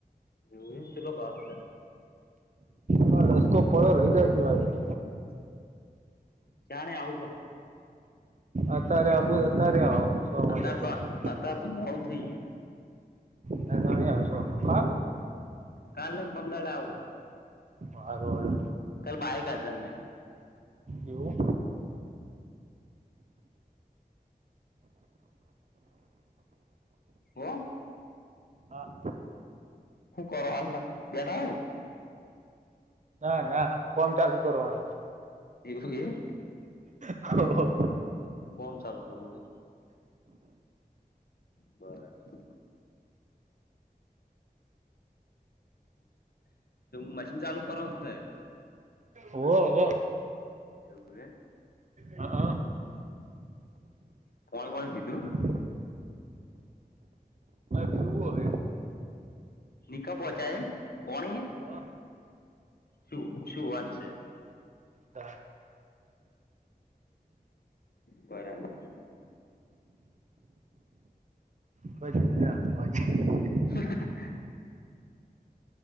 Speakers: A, on the left (about 75°); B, on the right (about 50°).
A: એવું એમ કેટલો ભાવ છે ગંજનો
B: હ રસ્કો પડ્યો લઈ જાજો આઈ ને.
A: ચિયાણે આવુ કો.
B: અતારે આવુ હે અતારે આવો. સો વાગ્યા
A: અતાર તો
B: પછી
A: અતાર તો મોળું થઈ ગીયું.
B: ને અતારે ની આવશો કા.
A: કાલે ને પરમ દાડે આવું.
B: હારુ હાલો.
A: કલ બાઈક હાજર નહી.
B: એવું.
A: હો.
B: હા.
A: હું કર હાલના બેઠા હે ન.
B: ના ના કોમ ચાલુ કરવાનું.
A: એવું હે.
B: હોવ.
A: કોમ ચાલુ કરવું છે. બરાબર. મશીન ચાલુ કરવાનું છે.
B: હોવ હોવ.
A: એવું કે.
B: હા હા.
A: પોણી બોણી પીધું.
B: હ કેવું હોય.
A: નિખા પહોંચાય પોણી
B: વોર.
A: શું શું વાત છે.
B: હા.
A: બરાબર.
B: કો જખજ <inaudible>
A: હ <inaudible>